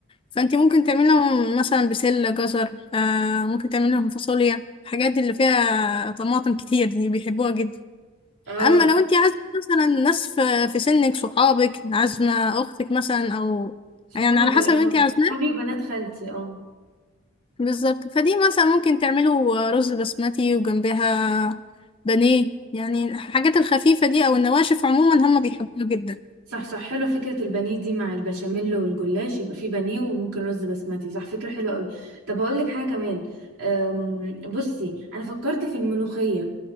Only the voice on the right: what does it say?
اه
صحابي
اه
صحابي وبنات خالتي اه
صح صح حلوة فكرة البانيه دي مع البشاميل والجلاش يبقى فيه بانيه وممكن رز بسمتي صح فكرة حلوة قوي طب هقول لك حاجة كمان أم، بصي أنا فكرت في الملوخية